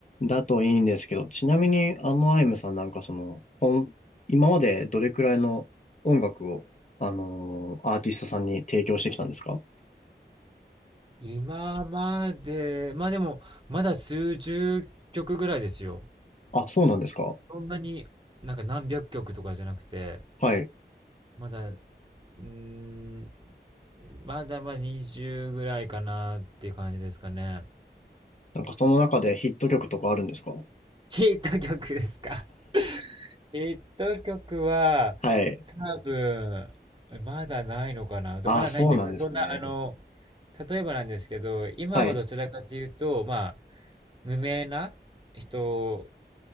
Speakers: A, on the left; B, on the right.
A: だといいんですけど、ちなみに、あの、アイムさんなんかその、こん今までどれくらいの音楽を、あのアーティストさんに提供してきたんですか
B: 今まで、まあでも、まだ数十曲ぐらいですよ。
A: あ、そうなんですか
B: そんなになんか何百曲とかじゃなくて、
A: はい。
B: まだうーん、まだまだ20ぐらいかなっていう感じですかね。<laughs>
A: なんかその中でヒット曲とかあるんですか <laughs>
B: ヒット曲ですか <laughs> ヒット曲は、
A: はい。
B: 多分、まだないのかな。
A: ああ、
B: まだないというか、
A: そうなんですね。
B: そんな、あの、例えばなんですけど、今はどちらかというと、
A: はい、
B: まあ、無名な人